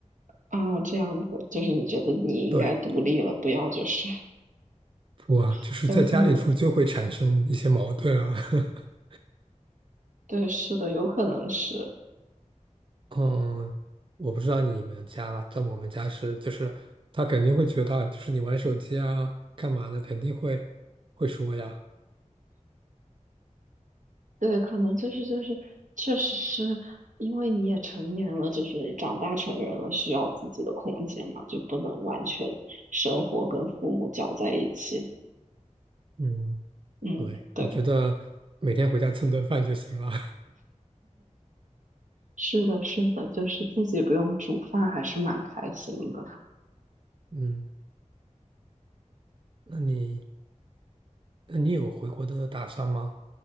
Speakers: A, on the right; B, on the right.
A: 啊，这样子就是你觉得你应该独立了，
B: 对，
A: 不要就是
B: 不啊，就是在家里住就会产生一些矛盾啊。
A: <laughs> 跟父母
B: <laughs>
A: 对，是的，有可能是，
B: 嗯，我不知道你们家啦，在我们家是，就是他肯定会觉得，就是你玩手机啊，干嘛呢？肯定会会说呀。
A: 对，可能就是就是，确实是因为你也成年了，就是长大成人了，需要自己的空间嘛，就不能完全生活跟父母搅在一起。
B: 嗯，
A: 嗯，
B: 对，
A: 对，
B: 我觉得每天回家蹭顿饭就行了。
A: 是的，是的，就是自己不用煮饭，还是蛮开心的。
B: <laughs> 嗯，那你那你有回国的打算吗？